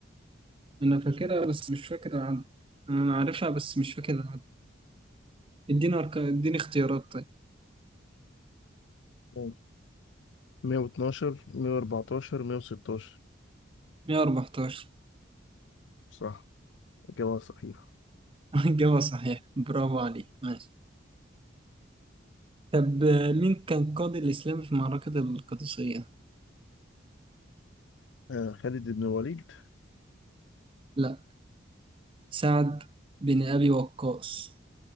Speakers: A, on the right; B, on the left.
A: أنا فاكرها بس مش فاكر العدد أنا عارفها بس مش فاكر العدد اديني أرك... اديني اختيارات طيب
B: ماشي 112 114 116
A: 114
B: صح اجابه صحيحه
A: إجابة صحيحة <laughs> برافو عليك ماشي طب آه، مين كان قاضي الإسلام في معركة القادسية؟
B: آه خالد بن الوليد
A: لا سعد بن أبي وقاص